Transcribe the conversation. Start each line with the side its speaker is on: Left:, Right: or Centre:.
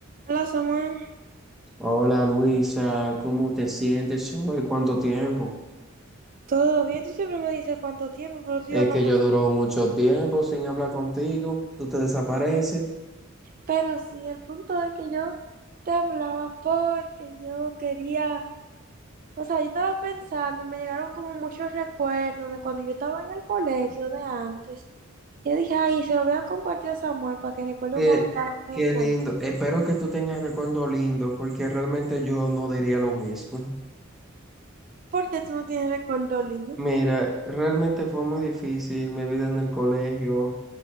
Right: Hola Samuel,
Centre: Hola Luisa, ¿cómo te sientes hoy? ¿Cuánto tiempo?
Right: ¿todo bien? Tú siempre me dices cuánto tiempo, pero tú
Centre: Es
Right: y yo hablamos.
Centre: que yo duró mucho tiempo sin hablar contigo, tú te desapareces.
Right: Pero sí, el punto de que yo te hablaba porque yo quería, o sea, yo estaba pensando, me llegaron como muchos recuerdos de cuando yo estaba en el colegio de antes. Yo dije, ay, se lo voy a compartir a Samuel para que recuerde
Centre: Qué,
Right: cuando estaba en
Centre: qué
Right: el colegio.
Centre: lindo. Espero que tú tengas recuerdo lindo, porque realmente yo no diría lo mismo.
Right: Porque tú no tienes recuerdo lindo.
Centre: Mira, realmente fue muy difícil mi vida en el colegio.